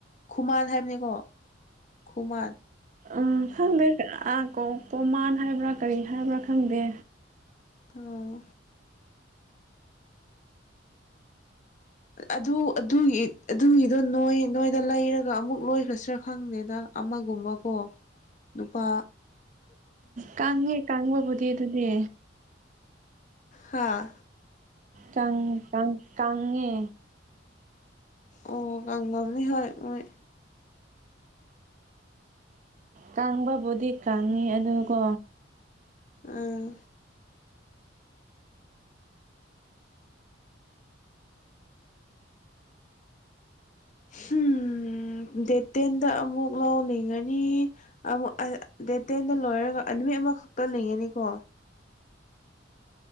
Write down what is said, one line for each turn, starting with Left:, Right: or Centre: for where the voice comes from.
Left: ꯈꯨꯃꯥꯟ ꯍꯥꯏꯕꯅꯤꯀꯣ ꯈꯨꯃꯥꯟ
Right: ꯑ ꯈꯪꯗꯦ ꯑꯥ ꯀꯣ ꯀꯣꯃꯥꯟ ꯍꯥꯏꯕ꯭ꯔꯥ ꯀꯔꯤ ꯍꯥꯏꯕ꯭ꯔꯥ ꯈꯪꯗꯦ
Left: ꯑꯧ ꯑꯗꯨ ꯑꯗꯨꯒꯤ ꯑꯗꯨꯒꯤꯗꯣ ꯅꯣꯏ ꯅꯣꯏꯗ ꯂꯩꯔꯒ ꯑꯃꯨꯛ ꯂꯣꯏꯈ꯭ꯔꯥꯁꯤ꯭ꯔꯥ ꯈꯪꯗꯦꯗ ꯑꯃꯒꯨꯝꯕꯀꯣ ꯅꯨꯄꯥ
Right: ꯀꯥꯡꯉꯦ ꯀꯥꯡꯕꯕꯨꯗꯤ ꯑꯗꯨꯗꯤ
Left: ꯍꯥꯥ
Right: ꯀꯪ ꯀꯪ ꯀꯪꯉꯦ
Left: ꯑꯣ ꯀꯪꯉꯝꯅꯤ ꯍꯣꯏ ꯃꯣꯏ
Right: ꯀꯥꯡꯕꯕꯨꯗꯤ ꯀꯪꯉꯦ ꯑꯗꯨꯀꯣ
Left: ꯑꯥ ꯍꯨꯝ ꯗꯦꯠ ꯇꯦꯟꯗ ꯑꯃꯨꯛ ꯂꯧꯅꯤꯡꯉꯅꯤ ꯑꯃꯨꯛ ꯑꯩ ꯗꯦꯠ ꯇꯦꯟꯗ ꯂꯣꯏꯔꯒ ꯑꯥ ꯅꯨꯃꯤꯠ ꯑꯃꯈꯛꯇ ꯂꯩꯒꯅꯤꯀꯣ